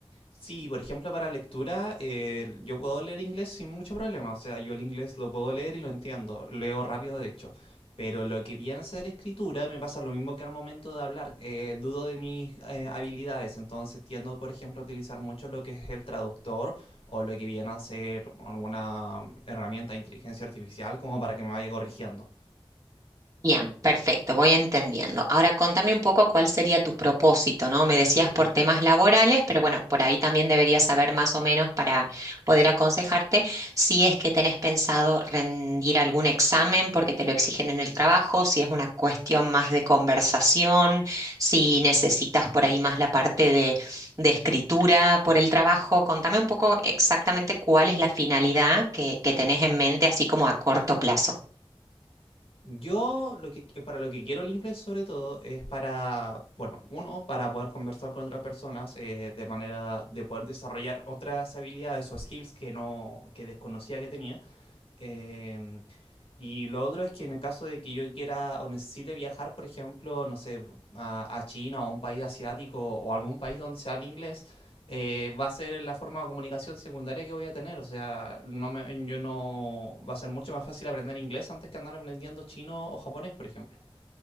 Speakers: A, on the left; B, on the right.
A: Sí, por ejemplo, para lectura, eh, yo puedo leer inglés sin mucho problema. O sea, yo el inglés lo puedo leer y lo entiendo. Leo rápido, de hecho. Pero lo que viene a ser escritura me pasa lo mismo que al momento de hablar. Eh, dudo de mis eh, habilidades. Entonces tiendo, por ejemplo, a utilizar mucho lo que es el traductor o lo que viene a ser alguna herramienta de inteligencia artificial como para que me vaya corrigiendo.
B: Bien, perfecto, voy entendiendo. Ahora contame un poco cuál sería tu propósito, ¿no? Me decías por temas laborales, pero bueno, por ahí también deberías saber más o menos para poder aconsejarte si es que tenés pensado rendir algún examen porque te lo exigen en el trabajo, si es una cuestión más de conversación, si necesitas por ahí más la parte de, de escritura por el trabajo. Contame un poco exactamente cuál es la finalidad que, que tenés en mente, así como a corto plazo.
A: Yo lo que para lo que quiero el inglés sobre todo es para, bueno, uno, para poder conversar con otras personas eh, de manera de poder desarrollar otras habilidades o skills que no que desconocía que tenía. Eh, y lo otro es que en el caso de que yo quiera o necesite viajar, por ejemplo, no sé, a, a China o a un país asiático o algún país donde se hable inglés, eh, va a ser la forma de comunicación secundaria que voy a tener. O sea, no me, yo no, va a ser mucho más fácil aprender inglés antes que andar aprendiendo chino o japonés, por ejemplo.